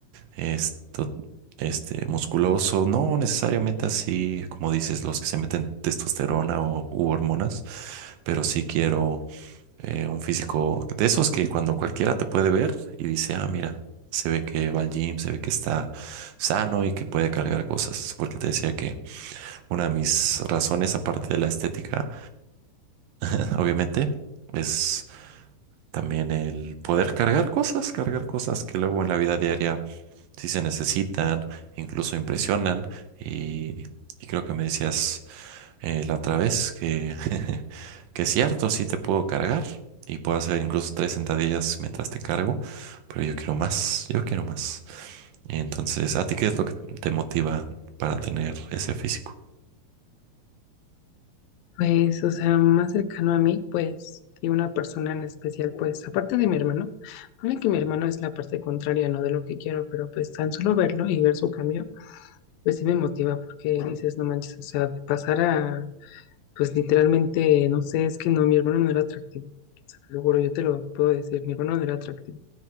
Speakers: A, on the right (about 80°); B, on the left (about 85°).
A: esto, este, musculoso, no necesariamente así, como dices, los que se meten testosterona o, u hormonas, pero sí quiero eh, un físico de esos que cuando cualquiera te puede ver y dice, ah, mira, se ve que va al gym, se ve que está sano y que puede cargar cosas. Porque te decía que una de mis razones, aparte de la estética, <laughs> obviamente, es también el poder cargar cosas, cargar cosas que luego en la vida diaria si se necesitan, incluso impresionan. Y, y creo que me decías eh, la otra vez que, <laughs> que es cierto, sí te puedo cargar y puedo hacer incluso tres sentadillas mientras te cargo, pero yo quiero más, yo quiero más. entonces, ¿a ti qué es lo que te motiva para tener ese físico?
B: Pues, o sea, más cercano a mí, pues, y una persona en especial, pues, aparte de mi hermano, pone que mi hermano es la parte contraria, ¿no? De lo que quiero, pero pues tan solo verlo y ver su cambio, pues sí me motiva porque dices, no manches, o sea, de pasar a Pues literalmente, no sé, es que no, mi hermano no era atractivo. O sea, te lo juro, yo te lo puedo decir, mi hermano no era atractivo.